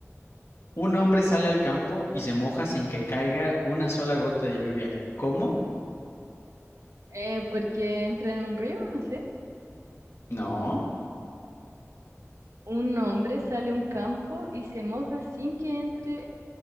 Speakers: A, on the left (about 60°); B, on the right (about 85°).
A: Un hombre sale al campo y se moja sin que caiga una sola gota de lluvia. ¿Cómo?
B: Eh, porque entra en un río, no sé.
A: No.
B: Un hombre sale a un campo y se moja sin que entre